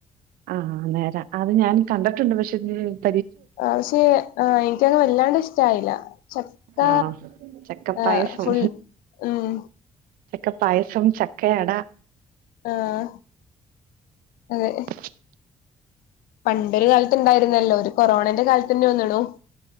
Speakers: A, on the right; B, on the left.
A: ആഹ് നേരാ അത് ഞാൻ കണ്ടിട്ടുണ്ട് പക്ഷ <unintelligible>
B: ആ ക്ഷേ ആ എനിക്കത് വല്ലാണ്ട് ഇഷ്ടായില്ല. ചക്ക
A: ആണോ? ചക്കപ്പായസം
B: ആ ഫുൾ ഉം.
A: ചക്ക പായസം, ചക്കയട.
B: ആഹ് അതെ.
A: <inaudible>
B: പണ്ടൊരു കാലത്തുണ്ടായിരുന്നല്ലോ ഒരു കൊറോണേന്റെ കാലത്ത്ന്നെ ന്നുണു.